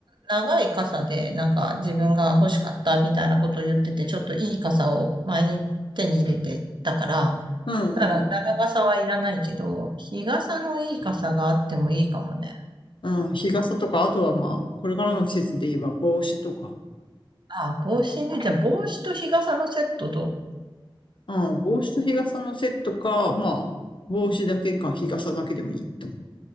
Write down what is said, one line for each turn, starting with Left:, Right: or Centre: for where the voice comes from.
Right: 長い傘で、なんか自分が欲しかったみたいなことを言ってて、ちょっといい傘を前に手に入れてたから、
Left: うん。
Right: だから長傘はいらないけど、日傘のいい傘があってもいいかもね。
Left: うん、日傘とか、あとはまあ、これからの季節で言えば帽子とか。
Right: あ、帽子ね。じゃあ帽子と日傘のセットと。
Left: うん、帽子と日傘のセットか、まあ、帽子だけか日傘だけでもいいと思